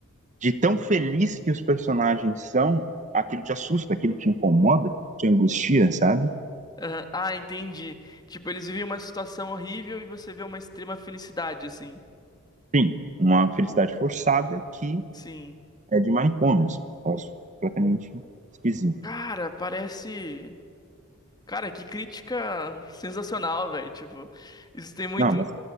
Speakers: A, on the right; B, on the left.
A: de tão feliz que os personagens são, aquilo te assusta, aquilo te incomoda, te angustia, sabe?
B: Aham. Ah, entendi. Tipo, eles vivem uma situação horrível e você vê uma extrema felicidade, assim.
A: sim uma felicidade forçada que
B: Sim.
A: é de manicômio, posso completamente esquisito.
B: Cara, parece. Cara, que crítica sensacional, velho. Tipo, isso tem muito.
A: Não, mas